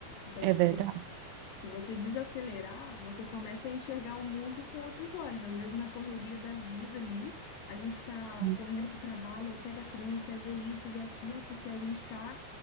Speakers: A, on the left (about 65°); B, on the right (about 85°).
A: Então,
B: É
A: tipo,
B: verdade.
A: se você desacelerar, você começa a enxergar o mundo com outros olhos. Às vezes, na correria da vida ali, a gente está
B: Uhum.
A: correndo para o trabalho, aí pega trânsito, aí vê isso, vê aquilo, porque a gente está.